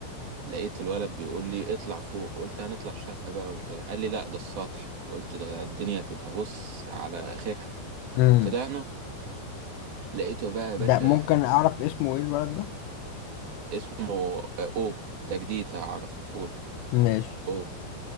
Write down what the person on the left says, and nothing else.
امم
ده ممكن أعرف اسمه إيه الولد ده
ماشي